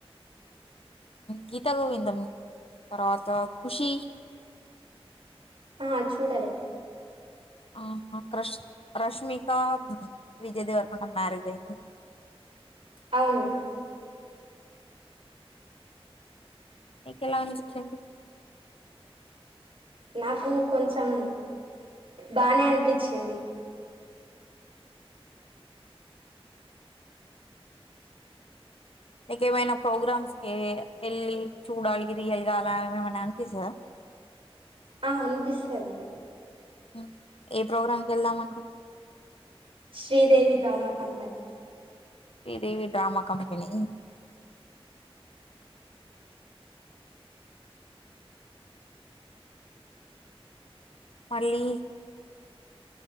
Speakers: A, on the left (about 65°); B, on the right (about 65°).
A: గీత గోవిందం తర్వాత ఖుషి
B: ఆహా చూడలే
A: ఆహ క్రష్ రష్మిక విజయ దేవరకొండ మ్యారేజ్ అయి్యంది
B: అవును
A: మీక ఎలా అనిపించింది
B: నాకు కొంచెం బానే అనిపించింది
A: ఇక ఏమైనా ప్రోగ్రామ్స్ కి ఏళ్ళి చూడాలి రియల్ గా అలా ఏమన్నా అనిపిస్తాద
B: ఆ అనిపిస్తది
A: హ్మ ఏ ప్రోగ్రాం కి వెళ్దాం అనుకు
B: Sridevi drama company
A: Sridevi drama company మళ్ళీ